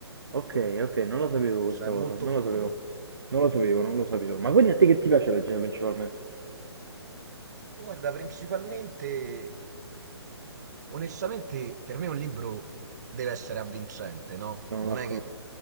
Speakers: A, on the right; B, on the right.
A: Ok, ok, non lo sapevo questa
B: cioè è
A: cosa,
B: molto
A: non
B: crudo.
A: lo sapevo. Non lo sapevo, non lo sapevo. Ma quindi a te che ti piace leggere principalmente?
B: Guarda, principalmente. Onestamente, per me un libro deve essere avvincente, no?
A: Sono
B: Non
A: d'accordo,
B: è che